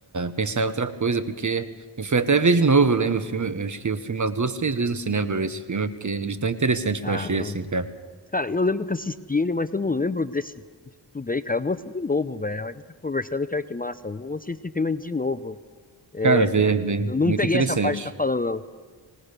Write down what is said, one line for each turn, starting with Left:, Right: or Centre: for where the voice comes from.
Right: pensar em outra coisa, porque eu fui até ver de novo, eu lembro o filme. eu acho que eu fui umas duas, três vezes no cinema pra ver esse filme, porque ele é tão interessante
Left: Caramba.
Right: que eu achei, assim, cara.
Left: Cara, eu lembro que eu assisti ele, mas eu não lembro desse, disso tudo aí, cara. Eu vou assistir de novo, velho. A gente tá conversando aqui, olha que massa. Eu vou assistir esse filme de novo. É,
Right: Cara, vê,
Left: eu
Right: vê,
Left: não
Right: muito
Left: peguei
Right: interessante.
Left: essa parte que você tá falando,